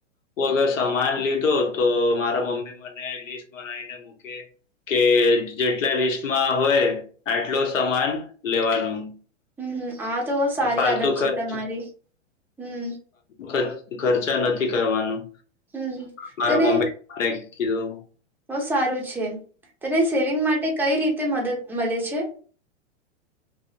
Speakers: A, on the left; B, in the centre.
A: હું અગર સમાન લીધો તો મારા મમ્મી મને લિસ્ટ બનાવીને મૂકે કે જેટલા લિસ્ટમાં હોય આટલો સમાન લેવાનું.
B: હમ હમ આ તો સારી
A: ફાલતુ
B: આદત છે
A: ખર્ચ
B: તમારી હમ.
A: ખચ ખર્ચા નથી કરવાનું
B: હમ
A: મારા
B: તને
A: મમી એ કીધું.
B: બહ સારું છે તને સેવિંગ માટે કઈ રીતે મદદ મળે છે?